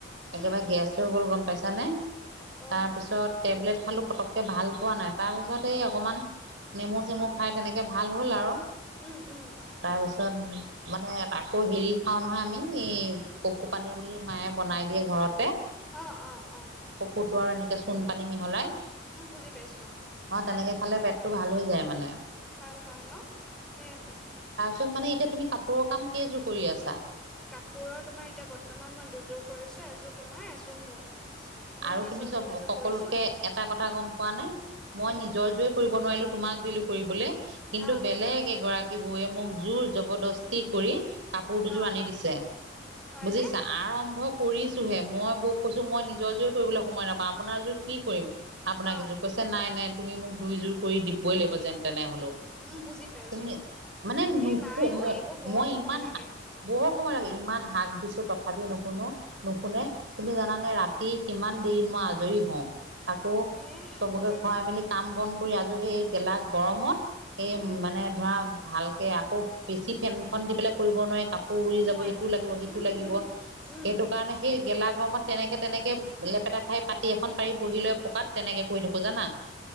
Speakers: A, in the centre; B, on the right.
A: উম,
B: একেবাৰে
A: উম,
B: গেছ গ'ল গম পাইছানে
A: অ',
B: তাৰ পিছত টেবলেট খালো পতক কে ভাল পোৱা নাই তাৰপিছত এই অকণমান নেমু চেমু
A: অ',
B: খাই তেনেকৈ ভাল হ'ল আৰু
A: উম, উম,
B: তাৰ পিছত তাৰপিছত মানে আকৌ হেৰি খাওঁ নহয় আমি কপৌপানী বুলি মায়ে বনাই দিয়ে ঘৰতে
A: অহ অহ অহ
B: কুত আৰু এনেকৈ চূণ পানী মিহলাই
A: উম বুজি পাইছো
B: তেনেকে খালে পেটটো ভাল হৈ যায় মানে
A: ভাল হয় ন তাকে আহে
B: তাত মানে এতিয়া তুমি কাপোৰৰ কাম কেইযোৰ কৰি আছা
A: কাপোৰৰ তোমাৰ এতিয়া বৰ্তমান মই দুযোৰ কৰিছো এযোৰ তোমাৰ এযোৰ মোৰ মোৰ
B: আৰু
A: নিজলৈও
B: তুমি চব
A: এযোৰ
B: সকলোতকে
A: কৰিছো
B: এটা কথা গম পোৱা নাই মই
A: উম
B: নিজৰ
A: কোৱা
B: জোৰে কৰিব নোৱাৰিলো তোমাক দিলো কৰিবলৈ কিন্তু
A: আহ
B: বেলেগ এগৰাকী বৌয়ে মোক জোৰ জবৰদস্তি কৰি কাপোৰ দুযোৰ
A: আহ
B: আনি দিছে।
A: হয়নে
B: বুজিছা আৰম্ভ কৰিছোহে মই বক কৈছো মই নিজৰ জোৰ কৰিবলৈ সময় নাপাওঁ আপোনাৰ যোৰ কি কৰিম। আপোনাক
A: অ
B: এযোৰ কৈছে নাই নাই তুমি মোক দুইযোৰ কৰি দিবই লাগিব যেন তেনে। হলো,
A: উম বুজি পাইছো
B: তুমি মানে নুশো
A: এ নাই অ এইবোৰ বৰ
B: মই
A: সময়
B: ইমান
A: লাগে
B: বৰ ম ইমান শাক দিছো তথাপি নুশুনো নুশুনে
A: উম
B: কিন্তু জানানে ৰাতি কিমান দেৰিত মই আজৰি হওঁ, আকৌ
A: এ
B: চবকে
A: হয়
B: খুৱাই
A: দেই
B: মেলি কাম বন কৰি আজৰি সেই গেলা গৰমত এই
A: উম
B: মানে ধৰা ভালকে আকৌ বেছি ফেনখন দি পেলাই কৰিব নোৱাৰি কাপোৰ উৰি
A: নোৱাৰা
B: যাব ইটো লাগিব সিটো
A: উম
B: লাগিব
A: উম
B: সেইটো
A: উম
B: কাৰণে সেই গেলা গৰমত তেনেকে তেনেকে লেপেটা খাই পাতি এখন পাৰি বহী লৈ পকাত তেনেকে কৰি থাকো জানা